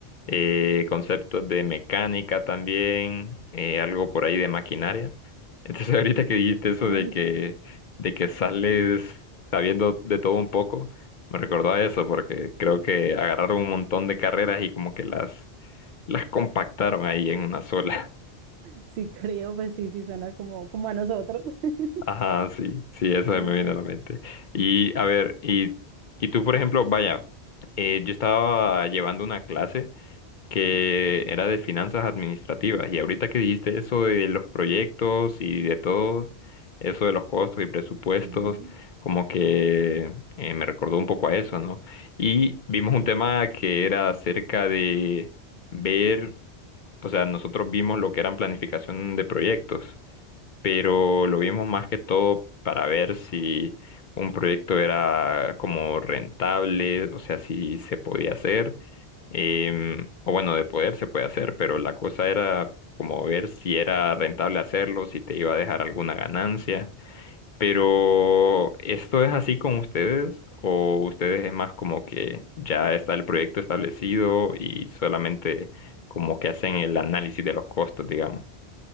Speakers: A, on the left (about 50°); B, on the right (about 75°).
A: eh, conceptos de mecánica también, eh, algo por ahí de maquinaria. Entonces, <laughs> ahorita que dijiste eso
B: Ay,
A: de que,
B: <laughs>
A: de que sales sabiendo de todo un poco, me recordó a eso porque creo que agarraron un montón de carreras y como que las, las compactaron ahí en una sola.
B: sí creo, pues sí, sí suena como, como a nosotros. <laughs>
A: Ajá, sí, sí, eso
B: A la
A: me viene a la mente. Y a ver, y, y tú, por ejemplo, vaya, eh, yo estaba llevando una clase que
B: sí.
A: era de finanzas administrativas y ahorita que dijiste eso de los proyectos y de todo, eso de los costos y presupuestos,
B: Ujú.
A: como que eh, me recordó un poco a eso, ¿no? Y vimos un tema que era acerca de ver, o sea, nosotros vimos lo que eran planificación de proyectos pero lo vimos más que todo para ver si un proyecto era como rentable, o sea, si se podía hacer, em, o bueno, de poder se puede hacer, pero la cosa era como ver si era
B: Ujú.
A: rentable hacerlo, si te iba a dejar alguna ganancia. Pero ¿esto
B: Ah.
A: es así con ustedes? ¿O ustedes es más como que ya está el proyecto establecido y solamente como que hacen el análisis de los costos, digamos?